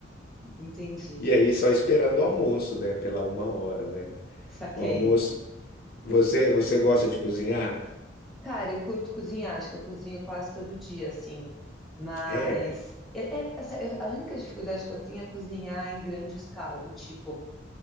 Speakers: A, in the centre; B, on the left.
A: Entendi.
B: E aí só esperando o almoço, né, pela uma hora, né?
A: Saquei.
B: O almoço. Você, você gosta de cozinhar?
A: Cara, eu curto cozinhar, acho que eu cozinho quase todo dia, assim. Mas
B: É.
A: é- é- essa- eu- a única dificuldade que eu tenho é cozinhar em grande escala, do tipo,